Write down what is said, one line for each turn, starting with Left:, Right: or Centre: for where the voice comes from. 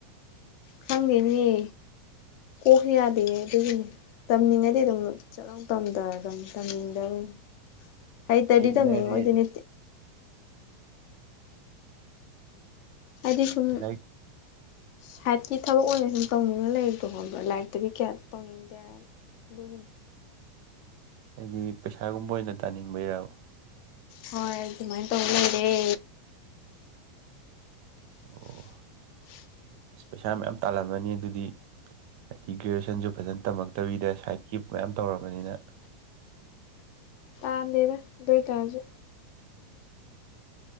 Left: ꯈꯪꯉꯦꯅꯤꯌꯦ ꯀꯣꯛꯈ ꯌꯥꯗꯦꯌꯦ ꯑꯗꯨꯒꯤꯅꯦ ꯇꯝꯅꯤꯡꯉꯗꯤ ꯑꯗꯨꯝ ꯈꯤꯇꯪ ꯇꯝꯊꯔ ꯑꯗꯨ ꯇꯝꯅꯤꯡꯗꯕꯅꯤ ꯍꯩꯇꯔꯗꯤ
Right: ꯌꯦꯛꯅꯔꯦ
Left: ꯇꯝꯅꯤꯡꯉꯣꯏꯗꯣꯏ ꯅ ꯍꯥꯏꯗꯤ ꯁꯨꯝ
Right: ꯂꯥꯏꯔꯤꯛ
Left: ꯁꯥꯏꯠꯀꯤ ꯊꯕꯛ ꯑꯣꯏꯅ ꯁꯨꯝ ꯇꯧꯅꯤꯡꯉ ꯂꯩꯕ꯭ꯔꯣ ꯈꯣꯕ꯭ꯔꯥ ꯂꯥꯏꯔꯤꯛꯇꯗꯤ ꯀꯌꯥ ꯇꯧꯅꯤꯡꯗꯦ ꯑꯗꯨꯒꯤ
Right: ꯑꯩꯗꯤ ꯄꯩꯁꯥꯒꯨꯝꯕ ꯑꯣꯏꯅ ꯇꯥꯅꯤꯡꯕꯔꯕ
Left: ꯍꯣꯏ ꯑꯗꯨꯃꯥꯏꯅ ꯇꯧꯅꯔꯦ <unintelligible>
Right: ꯑꯣ ꯄꯩꯁꯥ ꯃꯌꯥꯝ ꯇꯥꯜꯍꯟꯕꯅꯤ ꯑꯗꯨꯗꯤ ꯍꯥꯏꯗꯤ ꯒ꯭ꯔꯦꯖꯨꯋꯦꯁꯟꯁꯨ ꯐꯖꯅ ꯇꯝꯃꯛꯇꯕꯤꯗ ꯁꯥꯏꯠꯀꯤ ꯃꯌꯥꯝ ꯇꯧꯔꯕꯅꯤꯅ
Left: ꯗꯔꯏꯇꯥ ꯍꯧꯖꯤ